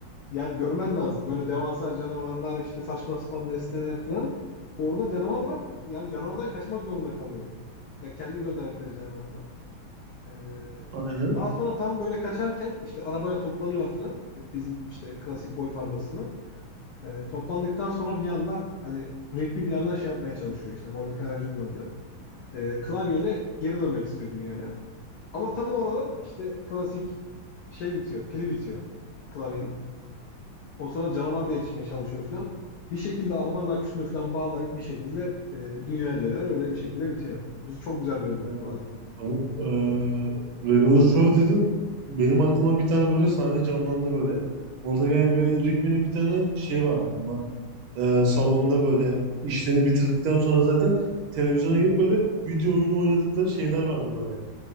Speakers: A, on the left; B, on the right.
A: Yani görmen lazım. Böyle devasa canavarlar, işte saçma sapan nesneler falan. Orada canavar var. Yani canavardan kaçmak zorunda kalıyorlar. Ya kendi gönderdikleri canavardan. Ee,
B: Aynen.
A: daha sonra tam böyle kaçarken işte arabaya toplanıyor falan. Bizim işte klasik golf arabasına. Ee, toplandıktan sonra bir anda hani Rigby bir yandan şey yapmaya çalışıyor işte. Mordecai aracı kullanıyor. Ee, klavyeyle geri dönmek istiyor dünyaya. Ama tam orada işte klasik şey bitiyor. Pili bitiyor klavyenin. O sırada canavar da yetişmeye çalışıyor falan. Bir şekilde arabanın aküsünü falan bağlayıp bir şekilde e, dünyaya dönüyor. Öyle bir şekilde bitiyor. Bizi çok güzel bölümdür
B: Evet.
A: bu arada.
B: Tamam. Ee, Regular Show dedin. Benim aklıma bir tane böyle sahne canlandı böyle. Mordecai ve Rigby'nin bir tane şey vardı bunlar. Ee, salonda böyle işlerini bitirdikten sonra zaten televizyona gelip böyle video oyunu oynadıkları şeyler vardı böyle.